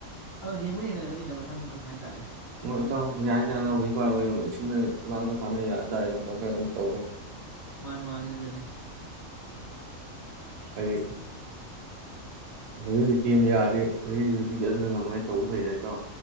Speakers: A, on the left; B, on the right.
A: ꯑꯗꯣ ꯍꯦꯟꯕꯨꯗꯤ ꯍꯦꯟꯒꯠꯂꯛꯀꯅꯤꯗ ꯃꯊꯪ ꯃꯊꯪ ꯍꯥꯏꯇꯥꯔꯦ
B: ꯍꯣꯏ
A: ꯇꯞ
B: ꯏꯇꯥꯎ
A: ꯇꯞꯅ ꯁꯨꯝ
B: ꯌꯥꯅ ꯌꯥꯅꯕ
A: ꯎꯝ
B: <unintelligible> ꯂꯥꯡꯅ ꯐꯥꯅ ꯌꯥꯏ ꯍꯥꯏꯇꯥꯔꯦ ꯃꯇꯝ ꯈꯔ ꯑꯗꯨꯝ ꯇꯧꯒꯗ
A: ꯃꯥꯅ ꯃꯥꯅ‌ꯦ ꯗꯨꯅꯦ
B: ꯍꯥꯏꯗꯤ ꯍꯧꯖꯤꯛ ꯍꯩꯖꯤꯛꯀꯤ ꯗꯨꯝ ꯌꯥꯗꯤ ꯍꯨꯖꯤꯛ ꯍꯨꯖꯤꯛꯀꯤꯗꯤ ꯑꯗꯨꯅ ꯉꯝꯃꯉꯥꯏ ꯇꯧꯕ ꯐꯩ ꯏꯇꯥꯎ